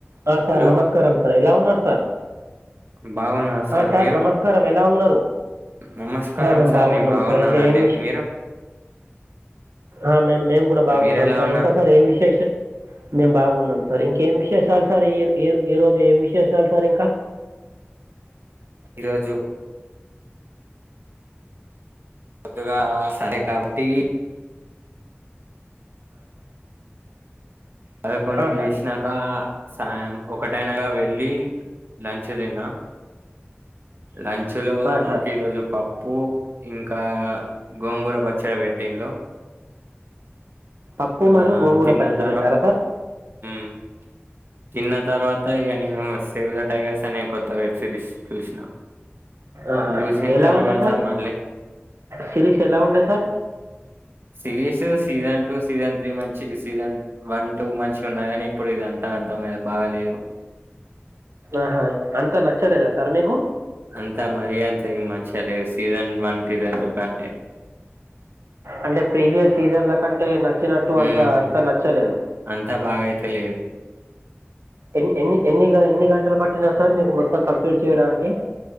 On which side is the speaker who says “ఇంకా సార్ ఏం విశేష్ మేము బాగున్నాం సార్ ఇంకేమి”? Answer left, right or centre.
Right